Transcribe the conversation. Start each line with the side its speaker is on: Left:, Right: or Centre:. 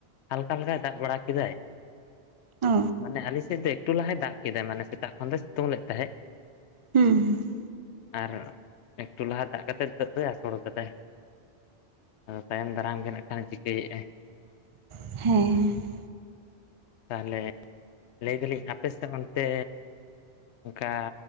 Left: ᱦᱟᱞᱠᱟ ᱦᱟᱞᱠᱟᱭ ᱫᱟᱜ‌ ᱵᱟᱲᱟ ᱠᱮᱫᱟᱭ ᱾
Right: ᱚ
Left: ᱢᱟᱱᱮ ᱟᱞᱮ ᱥᱮᱫ ᱫᱚ ᱮᱠᱴᱩ ᱞᱟᱦᱟᱭ ᱫᱟᱜ ᱠᱮᱫᱟᱭ ᱢᱟᱱᱮ ᱥᱮᱛᱟᱜ ᱠᱷᱚᱱ ᱫᱚᱭ ᱥᱤᱛᱩᱝ ᱞᱮᱫ ᱛᱟᱦᱮᱸᱜ ᱾
Right: ᱦᱩᱸ ᱦᱩᱸ ᱾
Left: ᱟᱨ ᱮᱠᱴᱩ ᱞᱟᱦᱟ ᱫᱟᱜ ᱠᱟᱛᱮᱜ ᱱᱤᱛᱚᱜ ᱫᱚᱭ ᱟᱥᱳᱲ ᱠᱟᱫᱟᱭ ᱾ ᱟᱫᱚ ᱛᱟᱭᱚᱢ ᱫᱟᱨᱟᱢ ᱜᱮ ᱱᱟᱸᱜ ᱠᱷᱟᱱᱮ ᱪᱤᱠᱟᱹᱭᱮᱫᱼᱟᱭ?
Right: ᱦᱮᱸᱻ ᱾
Left: ᱛᱟᱦᱚᱞᱮ ᱞᱟᱹᱭ ᱫᱟᱞᱤᱧ ᱟᱯᱮ ᱥᱮᱫ ᱚᱱᱛᱮ ᱚᱱᱠᱟ